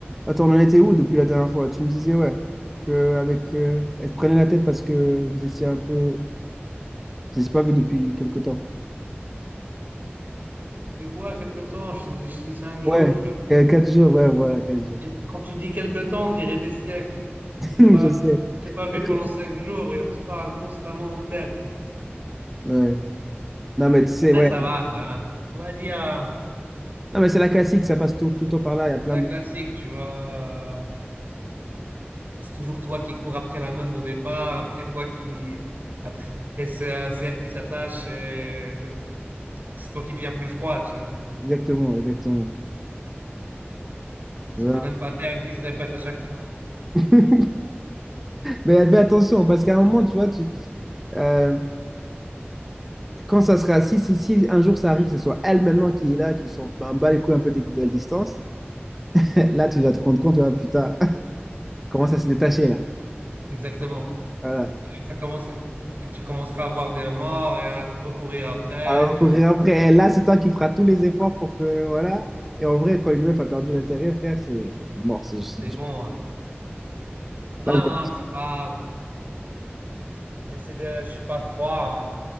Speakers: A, in the centre; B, on the right (about 50°).
A: Attends, on en était où depuis la dernière fois? Tu me disais, ouais, que avec, euh, elle te prenait la tête parce que vous étiez un peu... Vous n'étiez pas vu depuis quelque temps.
B: De quoi, quelque temps? Je, t'ai- je dis cinq jours,
A: Ouais,
B: frère.
A: qu- quatre jours, ouais, voilà, quatre jours.
B: Et quand tu dis quelque temps, on dirait des siècles.
A: <laughs>
B: On s'est pas,
A: Je sais.
B: on s'est pas vu
A: Ok.
B: pendant cinq jours et on se parle constamment au tel.
A: Ouais. Non, mais tu sais,
B: Ouais,
A: ouais.
B: ça va, ça va. On va dire, euh,
A: Non, mais c'est la classique, ça passe tout, tout le temps par là, il y a plein
B: c'est la
A: de...
B: classique, tu vois. euh, C'est toujours toi qui cours après la meuf au départ, après toi qui, après c'est euh, c'est elle qui s'attache et c'est c'est toi qui deviens plus froid, tu vois.
A: Exactement, exactement.
B: C'est
A: Voilà.
B: le même pattern qui se répète à chaque fois.
A: <laughs> Mais fais attention, parce qu'à un moment, tu vois, tu, euh, quand ça sera, si, si, si un jour ça arrive, que ce soit elle maintenant qui est là, qui s'en bat les couilles un peu des- de la distance, <laughs> là, tu vas te rendre compte, ouais, putain. commence à se détacher là.
B: <laughs> Exactement.
A: Voilà.
B: Et lui, ça commence à- et tu commenceras à avoir des remords et à recourir après.
A: À recourir
B: Tu...
A: après. Et là, c'est toi qui feras tous les efforts pour que. Voilà. Et en vrai, quand une meuf a perdu l'intérêt, frère, c'est mort. C'est c'est
B: C'est
A: dur.
B: bon. hein. Non,
A: Là, je-
B: non, non, je suis pas. J'essaie de... Je suis pas froid. hein.